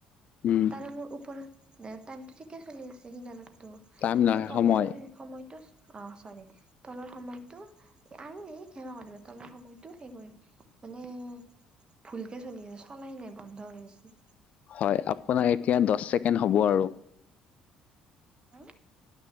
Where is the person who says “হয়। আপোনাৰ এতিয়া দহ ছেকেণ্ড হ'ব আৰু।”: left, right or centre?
Left